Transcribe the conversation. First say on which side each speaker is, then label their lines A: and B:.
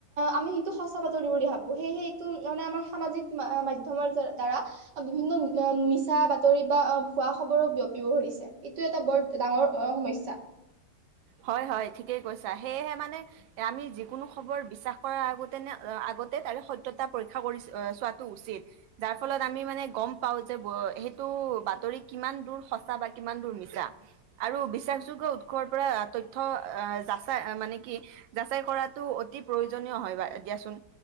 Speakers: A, on the right; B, on the right.
A: আমি সেইটো সঁচা বাতৰি বুলি ভাবো, সেয়েহে এইটো মানে আমাৰ সামাজিক মা মাধ্যমৰ যে দ্বাৰা বিভিন্ন মি মিছা বাতৰি বা ভুৱা খবৰৰ বিয়পিব ধৰিছে। এইটো এটা বৰ ডাঙৰ অ সমস্যা।
B: হয় হয় ঠিকেই কৈছা। সেয়েহে মানে আমি যিকোনো খবৰ বিশ্বাস কৰাৰ আগতে নে আগতে তাৰে সত্যতা পৰীক্ষা কৰি চোৱাটো উচিত, যাৰ ফলত আমি মানে গম পাও যে সেইটো বাতৰি কিমান দূৰ সঁচা বা কিমান দূৰ মিছা আৰু বিশ্বাসযোগ্য উৎসৰ পৰা তথ্য যাচাই মানে কি যাচাই কৰাতো অতি প্ৰয়োজনীয় হয় বা দিয়াচোন